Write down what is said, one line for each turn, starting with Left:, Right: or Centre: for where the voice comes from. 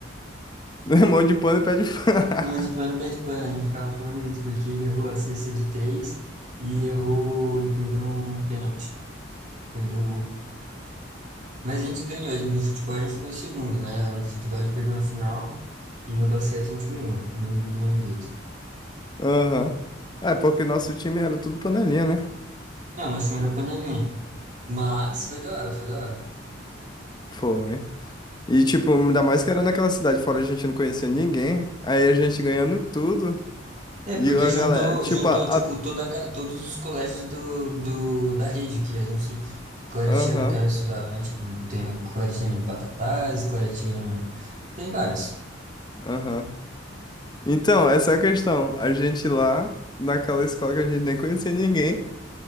Left: Mão de pano e pé de pano.
Right: Bola de pano, pé de pano, a gente ficava falando isso, porque ele errou a cesta de três e errou e perdeu um pênalti, perdeu o gol. Mas a gente ganhou, a gente- no futebol a gente ficou em segundo, né? No futebol a gente perdeu na final e no basquete a gente ganhou, do mesmo, do mesmo jeito.
Left: <laughs> Aham. É, porque nosso time era tudo panelinha, né?
Right: Não, nosso time era panelinha, mas foi da hora, foi da hora.
Left: Foi. E, tipo, ainda mais que era naquela cidade fora, a gente não conhecia ninguém. Aí a gente ganhando tudo.
Right: É,
Left: E
Right: porque
Left: a
Right: juntou,
Left: galera, tipo,
Right: juntou
Left: a.
Right: tipo,
Left: a-
Right: toda, a ga- todos os colégios do, do, da rede que a gente, Claretiano
Left: Aham,
Right: que eu estudava, né? Tipo, tem o Claretiano de Batatais, Claretiano, tem vários.
Left: aham. Então, essa é a questão. A gente lá, naquela escola que a gente nem conhecia ninguém.